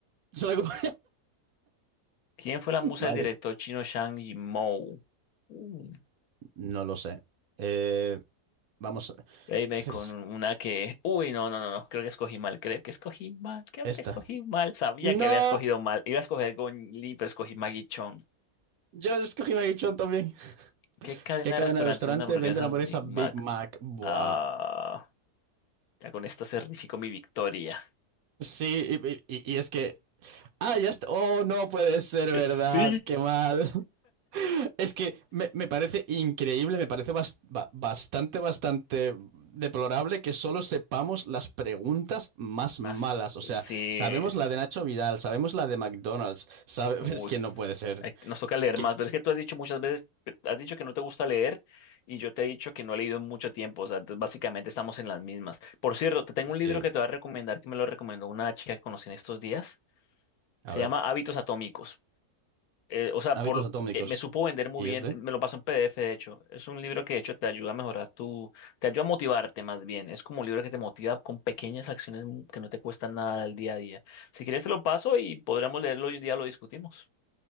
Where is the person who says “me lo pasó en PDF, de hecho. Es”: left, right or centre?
Left